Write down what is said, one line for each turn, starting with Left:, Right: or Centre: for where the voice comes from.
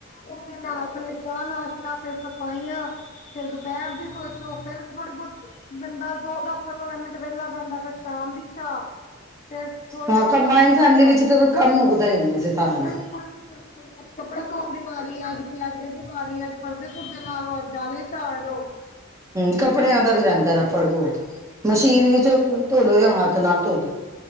Left: ਉਹਦੇ ਨਾਲ ਪਹਿਲੇ ਚਾਹ ਨਾਸ਼ਤਾ, ਫੇਰ ਸਫਾਈਆਂ। ਫਰ ਦੁਪਹਿਰ ਦੀ ਸੋਚੋ। ਫਿਰ ਥੋੜੀ ਬਹੁਤ ਬੰਦਾ ਦੋ ਦਸ ਮਿੰਟ- ਪੰਦਰਾਂ ਮਿੰਟ ਵਹਲਾ ਬਹਿੰਦਾ। ਫਿਰ ਸ਼ਾਮ ਦੀ ਚਾਹ। ਫੇਰ ਥੋੜੀ
Right: ਹਾਂ
Left: ਦੇਰ ਬਾਅਦ
Right: ਕੰਬਾਈਨ
Left: ਰਾਤ ਦੀ
Right: ਫੈਮਿਲੀ
Left: ਤਿਆਰੀ।
Right: ਵਿੱਚ ਤਾਂ ਫਿਰ ਕੰਮ ਮੁੱਕਦਾ ਹੀ ਨਹੀਂ ਵੈਸੇ ਸਾਰਾ ਨੇ
Left: ਬਿਲਕੁਲ ਜੀ ਬਿਲਕੁਲ। ਕਦੇ ਕੱਪੜੇ ਧੋ। ਵਾਰੀ ਆਗੀ‌ ਅੱਜ- ਅੱਜ ਇਹ ਦੀ ਵਾਰੀ। ਅੱਜ ਪਰਦੇ ਪੁਰਦੇ ਲਾ ਲਓ‌। ਅੱਜ ਜਾਲੇ ਝਾੜ ਲੋ।
Right: ਹ ਕੱਪੜਿਆਂ ਦਾ ਵੀ ਰਹਿੰਦਾ ਰਫੜ ਬਹੁਤ।
Left: ਬਿਲਕੁਲ
Right: ਮਸ਼ੀਨ ਵਿੱਚ
Left: ਜੀ
Right: ਧੋਲੋ ਜਾਂ ਹੱਥ ਨਾਲ ਧੋਲੋ।